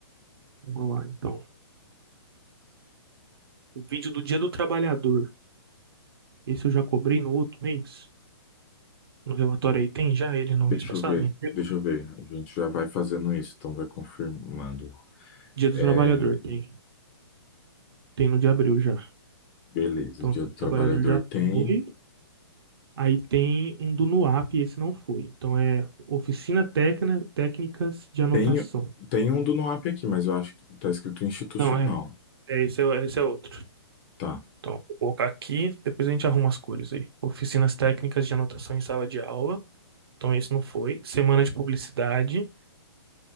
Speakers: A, on the right; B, on the left.
A: Vamos lá, então. O vídeo do Dia do Trabalhador. Esse eu já cobrei no outro mês. No relatório aí tem já ele no
B: Deixa
A: mês passado?
B: eu ver.
A: Em abril?
B: Deixa eu ver. A gente já vai fazendo isso, então vai confirmando.
A: Dia do
B: É,
A: Trabalhador tem. Tem no de abril já.
B: beleza.
A: Então,
B: Dia
A: o
B: do trabalhador
A: trabalhador já
B: tem.
A: foi. Aí tem um do NUAP, esse não foi. Então, é Oficina técnica Técnicas de Anotação.
B: Tem, tem um do NUAP aqui, mas eu acho que tá escrito institucional.
A: Não, é. É, esse é, esse é outro.
B: Tá.
A: Então, vou colocar aqui, depois a gente arruma as cores aí. Oficinas Técnicas de Anotação em Sala de Aula. Então, esse não foi. Semana de Publicidade.